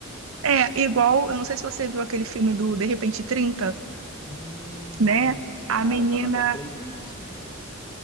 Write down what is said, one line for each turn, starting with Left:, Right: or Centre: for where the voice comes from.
Right: É, é igual, eu não sei se você viu aquele filme do De Repente trinta
Left: Hum,
Right: né? A
Left: cara,
Right: menina
Left: tá na minha playlist, velho.